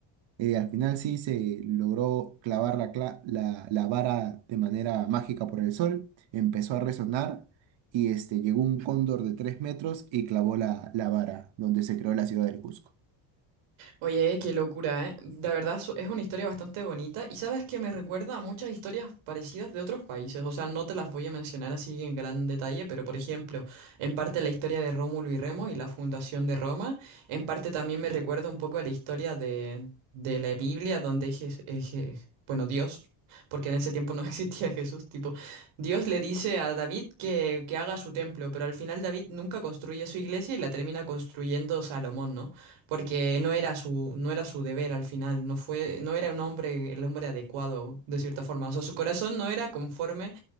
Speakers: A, on the right (about 65°); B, on the right (about 80°).
A: eh, al final sí se logró clavar la, cla- la, la vara de manera mágica por el sol. Empezó a resonar y este, llegó un cóndor de tres metros y clavó la, la vara, donde se creó la ciudad del Cusco.
B: Oye, qué locura, ¿eh? De verdad su- es una historia bastante bonita y sabes que me recuerda a muchas historias parecidas de otros países, o sea, no te las voy a mencionar así en gran detalle, pero por ejemplo, en parte la historia de Rómulo y Remo y la fundación de Roma, en parte también me recuerda un poco a la historia de, de la Biblia donde Jes- eh, Je- bueno, Dios, porque en ese tiempo no <laughs> existía Jesús, tipo, Dios le dice a David que, que haga su templo, pero al final David nunca construye su iglesia y la termina construyendo Salomón, ¿no? porque no era su, no era su deber al final, no fue, no era un hombre, el hombre adecuado, de cierta forma. O sea, su corazón no era conforme